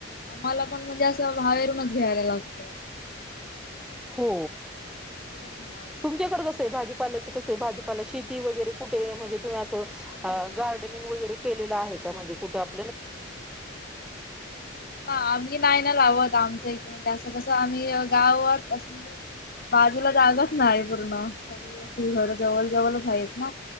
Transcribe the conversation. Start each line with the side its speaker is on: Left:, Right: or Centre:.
Left: आम्हाला पण म्हणजे असं बाहेरूनच घ्यायला लागत
Centre: हो
Left: त माार
Centre: तुमच्याकड कसं आहे भाजीपाल्याचं कसं आहे भाजीपाला शेती वगैरे कुठे म्हणजे तुम्ही असं
Left: आम्ही
Centre: गार्डन गार्डन वगैरे केलेल आहे का म्हणजे कुठ आप
Left: हा आम्ही नाही ना लावत आमच्या इथ असं कस आम्ही गावात असं म्हणजे बाजूला जागत नाही पूर्ण सगळे घर जवळ जवळच आहेत ना